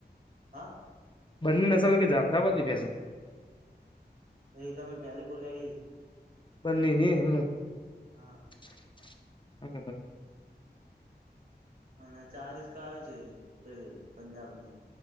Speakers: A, on the right; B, on the left.
A: હા?
B: બંની નસલ કે જાફરાબાદી ભેંસો?
A: એવી તમે પેલી બોલ્યા ઈ.
B: બંનીની એમનું
A: હા.
B: <inaudible>
A: અને ચાલીસ ગાય છે પેલી પંજાબની.